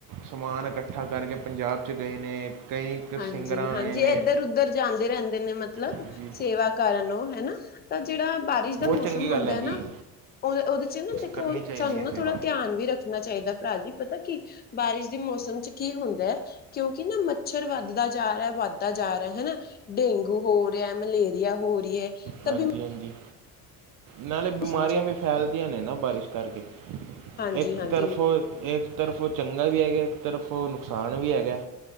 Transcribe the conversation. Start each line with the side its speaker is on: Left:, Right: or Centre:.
Right: ਸਮਾਨ ਇਕੱਠਾ ਕਰਕੇ ਪੰਜਾਬ ੱਚ ਗਏ ਨੇ ਕਈ ਕ
Left: ਹਾਂਜੀ
Right: ਸਿੰਗਰਾਂ
Left: ਹਾਂਜੀ
Right: ਆਏ ਨੇ।
Left: ਇੱਧਰ ਉਧਰ ਜਾਂਦੇ ਰਹਿੰਦੇ ਨੇ ਮਤਲਬ,
Right: ਜੀ
Left: ਸੇਵਾ ਕਰਨ ਉਹ ਹਨਾ। ਤਾਂ ਜਿਹੜਾ ਬਾਰਿਸ਼, ਦਾ
Right: ਬਹੁਤ
Left: ਮੌਸਮ
Right: ਚੰਗੀ ਗੱਲ
Left: ਹੁੰਦਾ ਹੈ ਨਾ।
Right: ਜੀ
Left: ਉਹ ਉਹਦੇ ਚ ਨਾ ਦੇਖੋ,
Right: ਕਰਨੀ ਚਾਹੀਦੀ
Left: ਸਾਨੂੰ
Right: ਹੈ
Left: ਨਾ
Right: ਸੇਵਾ
Left: ਥੋੜਾ ਧਿਆਨ ਵੀ ਰੱਖ। ਰਖਣਾ ਚਾਹੀਦਾ। ਭਰਾ ਜੀ ਪਤਾ ਕੀ ਬਾਰਿਸ਼ ਦੇ ਮੌਸਮ ਚ ਕੀ ਹੁੰਦਾ ਹੈ। ਕਿਉਂਕਿ ਨਾ। ਮੱਛਰ ਵੱਧਦਾ ਜਾ ਰਿਹਾ- ਵੱਧਦਾ ਜਾ ਰਿਹਾ ਹਨਾ। ਡੇਂਗੂ ਹੋ ਰਿਹਾ, ਮਲੇਰੀਆ ਹੋ ਰਹੀ ਹੈ। ਤਾਂ
Right: ਹਾਂਜੀ-
Left: ਵੀ
Right: ਹਾਂਜੀ। ਨਾਲੇ
Left: ਮੌਸਮ
Right: ਬਿਮਾਰੀਆਂ
Left: ਚ
Right: ਵੀ ਫੈਲਦੀਆਂ ਨੇ ਨਾ ਬਾਰਿਸ਼ ਕਰਕੇ।
Left: ਹਾਂਜੀ
Right: ਇੱਕ
Left: ਹਾਂਜੀ
Right: ਤਰਫੋਂ ਇੱਕ ਤਰਫ ਉਹ ਚੰਗਾ ਵੀ ਹੈਗਾ। ਇਕ ਤਰਫੋ ਨੁਕਸਾਨ ਵੀ ਹੈਗਾ।